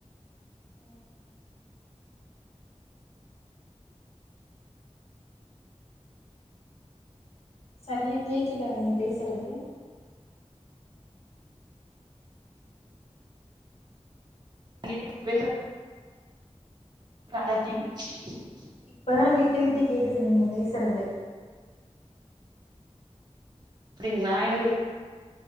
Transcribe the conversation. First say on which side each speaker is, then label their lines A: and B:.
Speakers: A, on the left (about 60°); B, on the right (about 40°).
A: ம் சரியா கேக்குல நீங்க பேசறது
B: <inaudible>
A: இப்பதா விட்டு விட் கேக்குது நீங்க பேசறது
B: அப்படிங்ளா எனக்கு